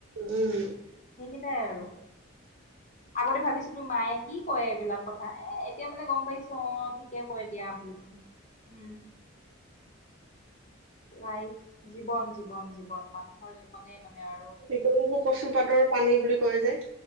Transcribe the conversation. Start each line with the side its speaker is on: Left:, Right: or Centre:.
Right: উম
Left: সেইকেইটাই আৰু আগতে ভাবিছিলোঁ মায়ে কি কয় এইবিলাক কথা এ এতিয়া মানে গম পাইছো অ' কেয়া কৈ দিয়া বুলি পিনে উম লাইফ জীৱন- জীৱন জীৱন মানুহৰ জীৱনে মানে আৰু
Right: জীৱন কচু পাতৰ পানী বুলি কয় কয় যে।